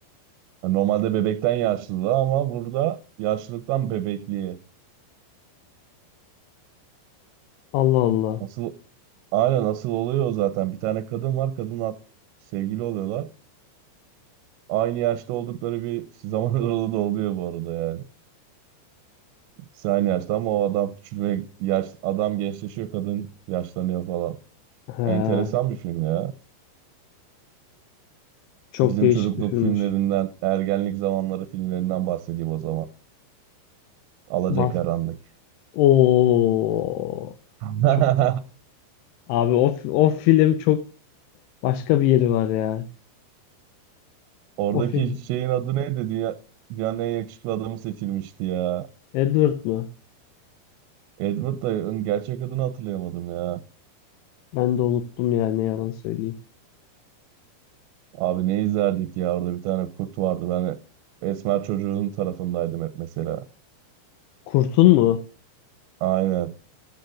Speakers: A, on the right; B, on the left.
A: Yani normalde bebekten yaşlılığa ama burada yaşlılıktan bebekliğe.
B: Allah Allah.
A: Asıl aynen asıl oluyor o zaten. Bir tane kadın var. Kadınla sevgili oluyorlar. aynı yaşta oldukları bir zaman <laughs> aralığı da oluyor bu arada yani. Sen aynı yaşta ama o adam küçülme yaş adam gençleşiyor, kadın yaşlanıyor falan.
B: He,
A: Enteresan bir film ya.
B: çok
A: Bizim
B: değişik
A: çocukluk
B: bir filmmiş.
A: filmlerinden, ergenlik zamanları filmlerinden bahsedeyim o zaman. Alacakaranlık.
B: Bas. Oo.
A: <laughs>
B: Çok. Abi o, fi- o film çok başka bir yeri var ya.
A: Oradaki
B: O film.
A: şeyin adı neydi? Dünya, dünyanın en yakışıklı adamı seçilmişti ya.
B: Edward mı?
A: Edward Dayı'nın gerçek adını hatırlayamadım ya.
B: Ben de unuttum ya ne yalan söyleyeyim.
A: Abi ne izlerdik ya orada bir tane kurt vardı. Ben esmer çocuğun tarafındaydım hep mesela.
B: Kurt'un mu?
A: Aynen.